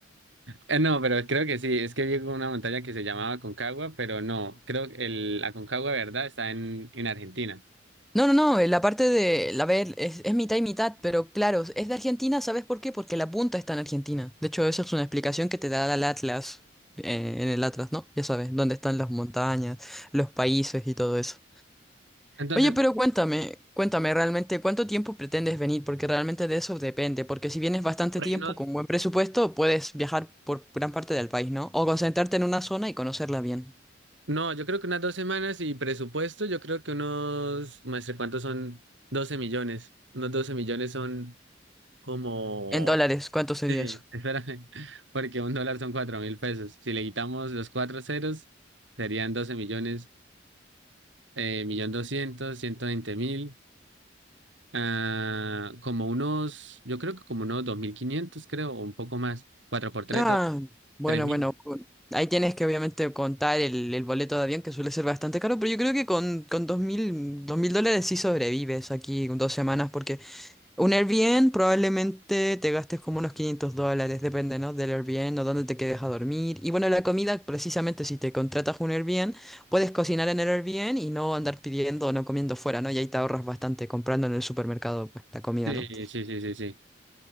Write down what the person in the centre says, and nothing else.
No, no, no, eh, la parte de, la ver, es, es mitad y mitad, pero claro, es de Argentina, ¿sabes por qué? Porque la punta está en Argentina. De hecho, esa es una explicación que te da el Atlas, eh, en el Atlas, ¿no? Ya sabes, dónde están las montañas, los países y todo eso.
Oye, pero cuéntame, cuéntame realmente, ¿cuánto tiempo pretendes venir? Porque realmente de eso depende, porque si vienes bastante
tiempo
con buen presupuesto, puedes viajar por gran parte del país, ¿no? O concentrarte en una zona y conocerla bien.
En dólares, ¿cuánto sería
eso?
Ah, bueno,
bueno. cu- Ahí tienes que obviamente contar el, el boleto de avión que suele ser bastante caro, pero yo creo que con, con dos mil dos mil dólares sí sobrevives aquí con dos semanas, porque un Airbnb probablemente te gastes como unos 500 dólares, depende, ¿no? Del Airbnb o dónde te quedes a dormir. Y bueno, la comida, precisamente si te contratas un Airbnb, puedes cocinar en el Airbnb y no andar pidiendo o no comiendo fuera, ¿no? Y ahí te ahorras bastante comprando en el supermercado, pues, la comida,
¿no?